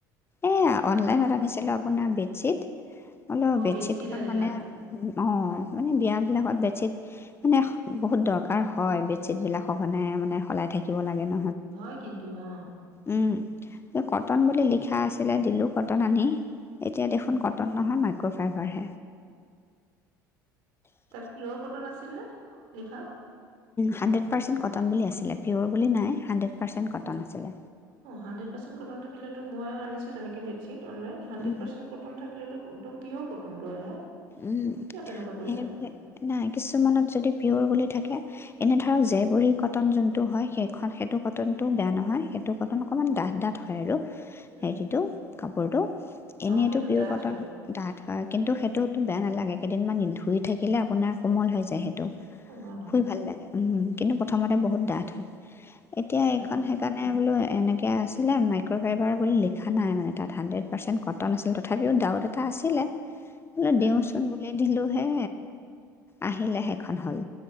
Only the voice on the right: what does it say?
মাহ
অ'
বেডশ্বীট
আনিলা
হয় কিন্তু অ'
উম।
তাক প্ৰিয় কটন আছিল ন লিখা
অ হানড্ৰেড পাৰ্চেট কটন থাকিলেতটো মই আনিছো তেনেকে bedsheet online hundred
percent cotton থিলেটো একদম প্ৰিয়ৰ কটনটো আহে
কিয় তেনেকুৱা কৰিলে
উম
অ সেইটো
ডাঠ
হয় অলপ
কোমল হয়
উম
উম